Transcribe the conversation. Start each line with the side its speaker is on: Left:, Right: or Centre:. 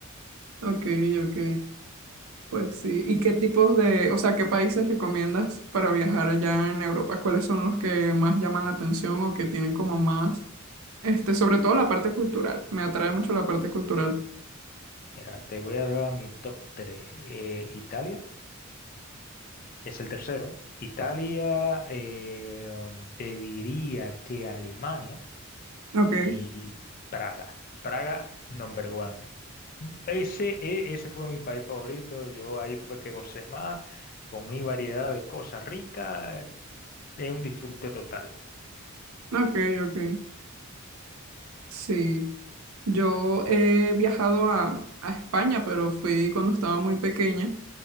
Right: Ok, ok. Pues sí. ¿Y qué tipos de, o sea, qué países recomiendas para viajar allá en Europa? ¿Cuáles son los que más llaman la atención o que tienen como más? Este, sobre todo la parte cultural. Me atrae mucho la parte cultural.
Left: Mira, te voy a dar mi top 3. eh, Italia. es el tercero. Italia, eh, um, te diría que Alemania
Right: Ok,
Left: y Praga. Praga, number one. Ese, e- ese fue mi país favorito. Yo ahí fue que gocé más, comí variedad de cosas ricas. Es un disfrute total.
Right: ok, ok. Sí. Yo he viajado a, a España, pero fui cuando estaba muy pequeña.